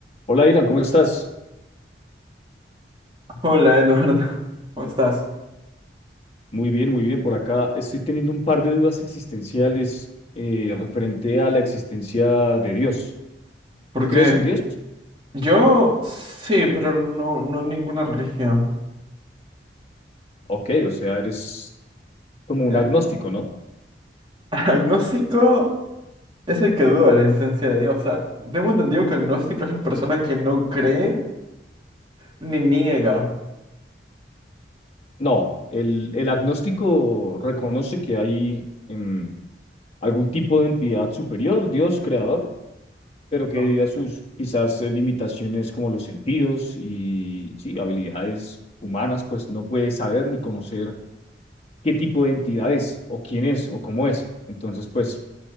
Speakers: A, on the left; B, on the right.
A: Hola, Ilan, ¿cómo estás?
B: Hola Eduardo, <laughs> ¿cómo estás?
A: Muy bien, muy bien. Por acá estoy teniendo un par de dudas existenciales eh, referente a la existencia de Dios.
B: ¿Por
A: ¿Tú crees
B: qué?
A: en Dios?
B: Yo sí, pero no, no ninguna religión.
A: Ok, o sea, eres como un
B: Eh,
A: agnóstico, ¿no?
B: <laughs> agnóstico es el que duda la existencia de Dios. O sea, tengo entendido que agnóstico es la persona que no cree ni niega.
A: No, el, el agnóstico reconoce que hay em, algún tipo de entidad superior, Dios creador, pero que
B: Oh,
A: debido a sus quizás eh, limitaciones como los sentidos y sí, habilidades humanas, pues no puede saber ni conocer qué tipo de entidad es, o quién es, o cómo es. Entonces, pues,